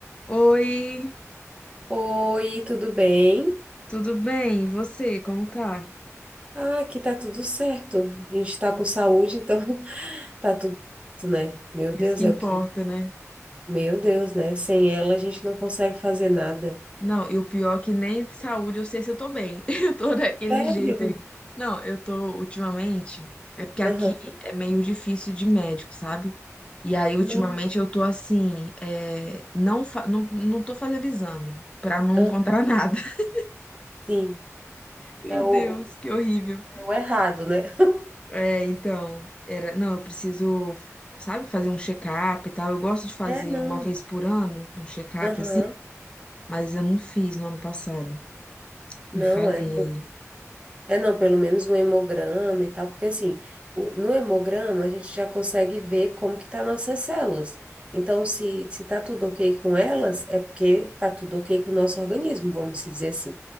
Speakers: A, on the left; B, on the right.
A: Oi,
B: Oi, tudo bem?
A: tudo bem? E você, como tá?
B: Ah, aqui tá tudo certo. A gente tá com saúde, então <laughs> tá tudo certo, né? Meu
A: Isso
B: Deus,
A: que importa,
B: é o que.
A: né?
B: Meu Deus, né? Sem ela a gente não consegue fazer nada.
A: Não, e o pior é que nem de saúde eu sei se eu tô bem. <laughs> Eu tô daquele
B: Sério?
A: jeito. Não, eu tô ultimamente. É porque aqui
B: Aham.
A: é meio difícil de médico, sabe? E aí, ultimamente,
B: Não.
A: eu tô assim. é, não, fa- não, não tô fazendo exame pra não
B: Ah,
A: encontrar nada. <laughs>
B: sim.
A: Meu
B: É o,
A: Deus, que horrível.
B: é o errado, né? <laughs>
A: É, então, era, não, eu preciso, sabe, fazer um check-up e tal. Eu gosto de fazer
B: É, não.
A: uma vez por ano um check-up
B: Aham.
A: assim, mas eu não fiz no ano passado.
B: Não,
A: Me falhei
B: é.
A: aí.
B: É, não, pelo menos um hemograma e tal, porque assim, o- no hemograma a gente já consegue ver como que tá nossas células. Então, se, se tá tudo ok com elas, é porque tá tudo ok com o nosso organismo, vamos se dizer assim.